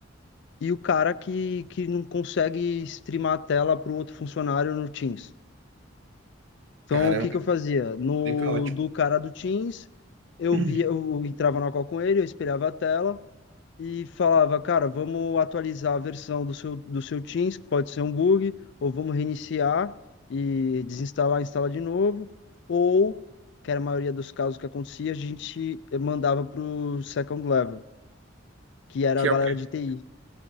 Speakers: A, on the left; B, on the right.
A: e o cara que, que não consegue streamar a tela para o outro funcionário no Teams. Então,
B: Caramba,
A: o que que eu fazia? No
B: bem caótico.
A: do cara do Teams, eu
B: <clears throat>
A: via, eu entrava na call com ele, eu espelhava a tela e falava, cara, vamos atualizar a versão do seu do seu Teams, que pode ser um bug, ou vamos reiniciar e desinstalar, instalar de novo, ou, que era a maioria dos casos que acontecia, a gente mandava para o second level, que era
B: Que
A: a galera
B: é o quê?
A: de TI,